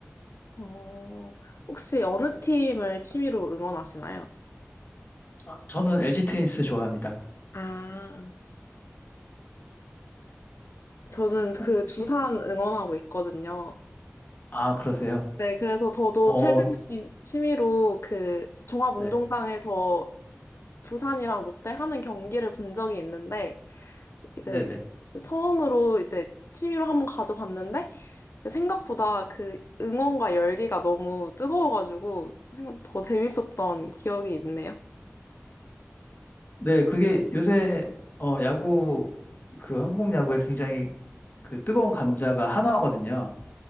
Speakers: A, on the left; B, on the left.
A: 어, 혹시 어느 팀을 취미로 응원하시나요?
B: 아, 저는 LG 트윈스 좋아합니다.
A: 아, 저는 그
B: 혹시,
A: 두산 응원하고 있거든요.
B: 아, 그러세요?
A: 네, 그래서 저도
B: 어,
A: 최근에 취미로 그 종합운동장에서
B: 네.
A: 두산이랑 롯데 하는 경기를 본 적이 있는데, 이제
B: 네네.
A: 그 처음으로 이제 취미로 한번 가져봤는데, 생각보다 그 응원과 열기가 너무 뜨거워가지고, 생각 더 재밌었던 기억이 있네요.
B: 네, 그게 요새, 어, 야구, 그 한국 야구에 굉장히 그 뜨거운 감자가 한화거든요.